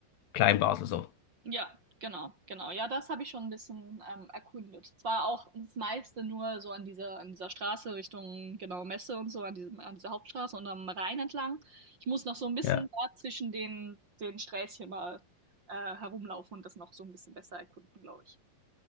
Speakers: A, on the left; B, on the right.
A: Kleinbasel so.
B: Ja, genau, genau. Ja, das habe ich schon ein bisschen ähm, erkundet. Zwar auch das meiste nur so an dieser, an dieser Straße Richtung, genau, Messe und so, an diesem, an dieser Hauptstraße und am Rhein entlang. Ich muss noch so ein bisschen
A: Ja.
B: da zwischen den, den Sträßchen mal äh, herumlaufen und das noch so ein bisschen besser erkunden, glaube ich.